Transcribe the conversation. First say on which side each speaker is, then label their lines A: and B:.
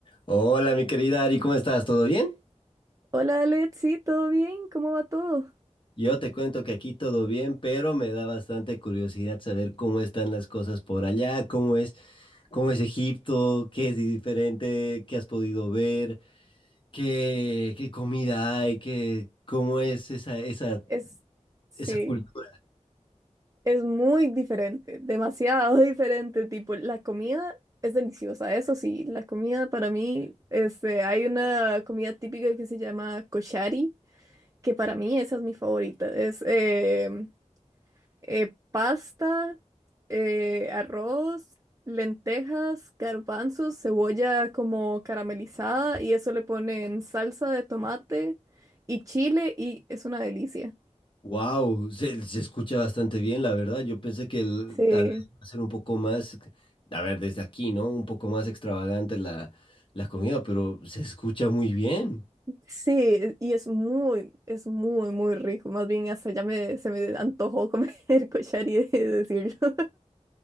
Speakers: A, on the left; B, on the right.
A: Hola, mi querida Ari, ¿cómo estás? ¿Todo bien?
B: Hola Alex, sí, ¿todo bien? ¿Cómo va todo?
A: Yo te cuento que aquí todo bien, pero me da bastante curiosidad saber cómo están las cosas por allá, cómo es, cómo es Egipto, qué es diferente, qué has podido ver, qué, qué comida hay, qué, cómo es esa, esa,
B: Es, sí,
A: esa cultura.
B: es muy diferente, demasiado <laughs> diferente, tipo, la comida es deliciosa, eso sí, la comida para mí, este, hay una comida típica que se llama koshari, que para mí esa es mi favorita, es em, eh, pasta, eh, arroz, lentejas, garbanzos, cebolla como caramelizada y eso le ponen salsa de tomate y chile y es una delicia.
A: Wow, se, se escucha bastante bien, la verdad. Yo pensé que el-
B: Sí,
A: tal vez va a ser un poco más, a ver, desde aquí, ¿no? Un poco más extravagante la, la comida, pero se escucha muy bien.
B: sí, y es muy, es muy, muy rico. Más bien hasta ya me, se me antojó comer <laughs> cochari de decirlo.